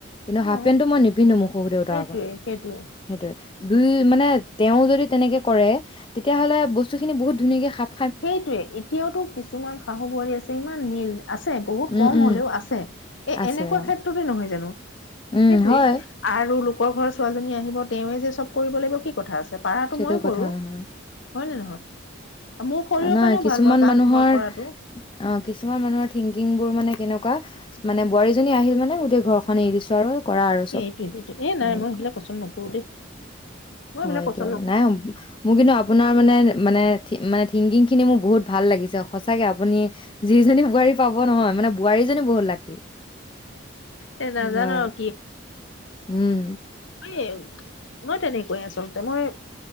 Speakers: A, on the left; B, on the left.
A: কিন্তু হাফ
B: অ
A: পেণ্টটো মই নিপিন্ধো মু শহু দেউতাৰ
B: সেইটোৱে
A: আগত
B: সেইটোৱে
A: সেইটয়ে দুই মানে তেওঁ যদি। কৰে তেতিয়াহলে বস্তু খিনি বহুত ধুনীয়াকে খাম
B: সেইটোৱে এতিয়াওতো কিছুমান শাহু বোৱাৰী আছে ইমান মিল আছে। বহুত
A: উম,
B: কম
A: উম,
B: হলেও আছে এ,
A: আছে
B: এনেকুৱা
A: অ',
B: ক্ষেত্ৰতে নহয় জানো। সেইটোৱে
A: উম, হয়,
B: আৰু। লোক ঘৰৰ ছোৱালজনী আহিব তে। ওঁৱে যে চব কৰিব লাগিব কি কথা আছে পাৰাটো
A: সেইটো
B: ময়ো কৰো
A: কথা নহয়।
B: হয় নে নহয়? মোৰ শৰীৰৰ
A: নহয়
B: কাৰণেও
A: কিছুমান
B: ভাল মই কাম
A: মানুহৰ
B: মই কৰাটো।
A: অ কিছুমান মানুহৰ থিংকিং। বোৰ মানে কেনেকুৱা, মানে বোৱাৰীজনী আহিল মানে গোটেই ঘৰখননে এৰি দিছো আৰু। কৰা আৰু
B: সেইটোয়ে
A: চব
B: সেইটো এ
A: তেনেকুৱা
B: নাই মই সেইবিলাক পচন্দ নকৰো দেই। মই
A: হয়
B: এইবিলাক পচ,
A: নাই মোৰ কিন্তু আপোনাৰ মানে মানে। মানে থিংকিং খিনি মোৰ বহুত ভাল লাগিছে। সঁচাকে আপুনি যিজনী বোৱাৰী পাব নহয় মানে বোৱাৰীজনী বহুত লাকি।
B: এ নাজানো
A: হয়
B: আৰু
A: উম।
B: এ মই তেনেকুৱাই আচলতে, মই